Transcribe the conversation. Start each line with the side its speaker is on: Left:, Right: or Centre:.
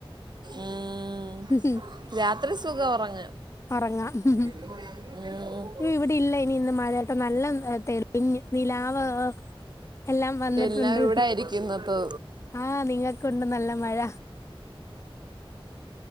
Right: ഉം
Left: ഹ് ഹും.
Right: രാത്രി സുഖാ ഒറങ്ങാൻ.
Left: ഒറങ്ങാം. ഹു ഹും.
Right: <unintelligible>
Left: ഇവിടെ ഇല്ല ഇനിന്ന് മഴ, പ്പം. നല്ല തെളിഞ്ഞ് നിലാവ് എല്ലാം വന്നിട്ടുണ്ട്.
Right: എല്ലാം ഇവിടെ ആയിരിക്കും ഇന്നത്തെ
Left: ആഹ് നിങ്ങക്കുണ്ട് നല്ല മഴ.